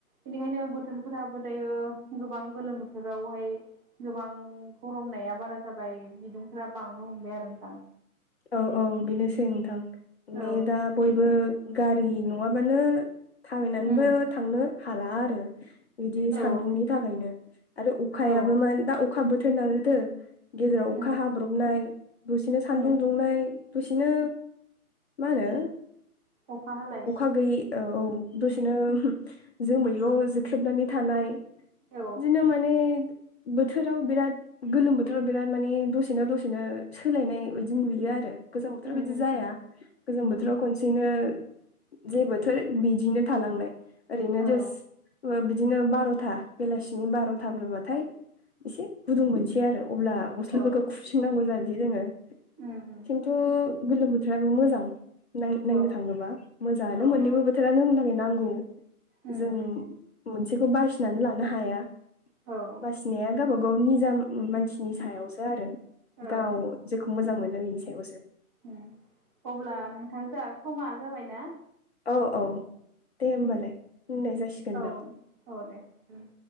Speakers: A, on the right; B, on the left.
A: बेनिखायनो बोथोरफोराबो दायो गोबां गोलोम बोथोरावहाय गोबां गरमनाया बारा जाबाय बिदुंफ्रा बांनो हमबाय आरो नोंथां
B: औ औ बेनोसै नोंथां माने
A: औ
B: दा बयबो गारि नङाबानो थाबायनानैबो
A: उम
B: थांनो हाला आरो बिदि
A: औ
B: सान्दुंनि थाखायनो आरो अखायाबो
A: औ
B: मान दा अखा बोथोर न लदो गेजेराव
A: उम
B: अखा हाब्रबनाय दसेनो सानदुं
A: उम
B: दुंनाय दसेनो मा होनो
A: अखा हालाय
B: अखा गैयै औ औ दसेनो जों बैल' जोख्लेबनानै थानाय
A: औ
B: बिदिनो मान माने बोथोराव बिराद गोलोम बोथोराव बिराद माने दसेनो दसेनो सोलायनाय बिदि नुयो आरो गोजां बोथोराव
A: उम उम
B: बिदि जाया गोजां बोथोराव खनसेनो जे बोथोर बिदिनो थालांनाय ओरैनो
A: औ
B: जोस्ट बिदिनो बार'था बेलासिनि बार'थाफोरबाथाय एसे गुदुं मोनसै आरो अब्ला गस्लाफोरखौ
A: औ
B: खुबफिननांगौ जानोसै जोङो
A: उम उम
B: खिन्थु गोलोम बोथोराबो मोजां नायनो
A: औ
B: थाङोबा मोजाङानो
A: औ
B: मोननैबो बोथोरानो होननि थाखाय नांगौ
A: उम
B: जों मोनसेखौ बासिनानै लानो हाया
A: औ
B: फिसिनाया गावबा गाव निजा मानसिनि सायावसो आरो
A: औ
B: गाव जेखौ मोजां मोनो बेनि सायावसो
A: उम अब्ला नोंथां जाहा समा जाबाय ना
B: औ औ दे होमबालाय होननाय जासिगोनदां
A: औ औ दे उम